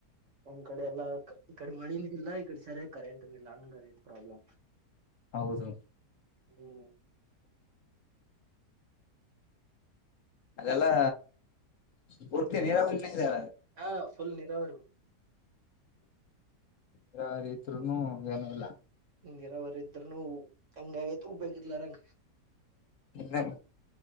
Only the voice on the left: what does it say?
ಹೌದು.
ಅದೆಲ್ಲಾ ಪೂರ್ತಿ ನೀರಾವರಿನ ಇದ.
ಬರಾವರ ಇದ್ರುನು ಏನು ಇಲ್ಲ.
ಇಣ್ಣೆನ